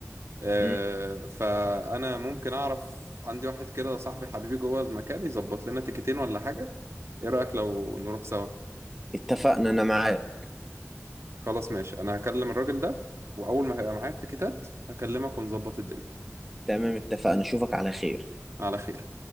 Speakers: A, on the right (about 65°); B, in the centre.
A: آه،
B: مم.
A: فانا ممكن اعرف عندي واحد كده صاحبي حبيبي جوه المكان يظبط لنا تيكتين ولا حاجه ايه رايك لو نروح سوا
B: اتفقنا انا معاك
A: خلاص ماشي انا هكلم الراجل ده واول ما هيبقى معايا التيكتات هكلمك ونظبط الدنيا
B: تمام اتفقنا اشوفك على خير
A: على خير